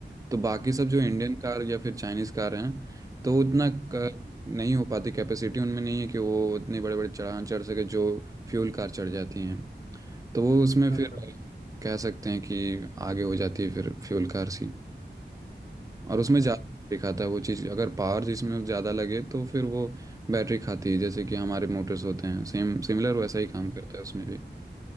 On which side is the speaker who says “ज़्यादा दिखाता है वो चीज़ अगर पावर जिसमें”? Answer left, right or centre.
Right